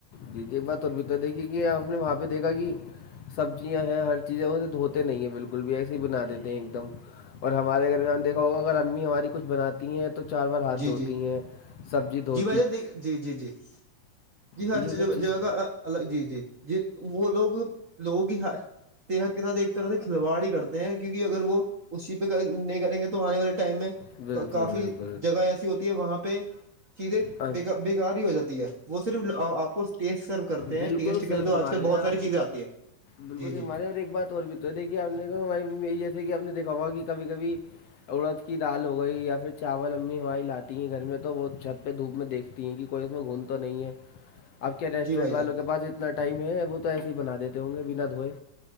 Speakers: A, on the left; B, on the right.
A: جی ایک بات اور بھی تو دیکھیے کہ آپ نے وہاں پہ دیکھا کہ سبزیاں ہیں ہر چیزیں وے دھوتے نہیں ہیں بالکل بھی ایسے ہی بنا دیتے ہیں ایک دم اور ہمارے گھر میں ہم دیکھا ہوگا اگر امی ہماری کچھ بناتی ہیں تو تو چار بار ہاتھ
B: جی
A: دھوتی
B: جی
A: ہیں سبزی دھو
B: جی جی جی جی ہر
A: یہ سب چیز
B: جگہ کا الگ جی جی جی وہ لوگ لوگ ہی صحت کے ساتھ ایک طرح سے کلوڑ ہی کرتے ہیں کیونکہ اگر وہ اسی پہ نہیں کریں گے تو آنے والے ٹائم میں
A: بالکل
B: کافی
A: بالکل
B: جگہ ایسی ہوتی ہے وہاں پہ چیزیں ب
A: ہاں
B: بیکار ہی ہو جاتی ہے وہ صرف آپ کو ٹیسٹ سرو کرتے
A: بالکل
B: ہیں ٹیسٹ
A: صحیح
B: کے لیے تو
A: فرما
B: آج کل
A: رہے
B: بہت
A: ہیں
B: ساری
A: آپ
B: چیزیں آتی ہے
A: بالکل
B: جی جی
A: س ہمارے اور ایک بات اور بھی تو دیکھی آ نے ہماری ممی یہ جیسے کہ آپ نے دکھا ہوا کہ کبھی کبھی اڑد کی دال ہو گئی یا پھر چاول امی ہویں لاتی تی گھر میں تو وہ چھت پہ دھوپ میں دیکھتی ہیں کہ کوئی اس میں گھون تو نہیں ہے آپ کے ریسٹورینٹ
B: جی بھائی
A: والوں
B: جان
A: کے پاس اتنا ٹائم ہے وہ تو ایسے ہی بنا دیتے ہوں گے بنا دھوئے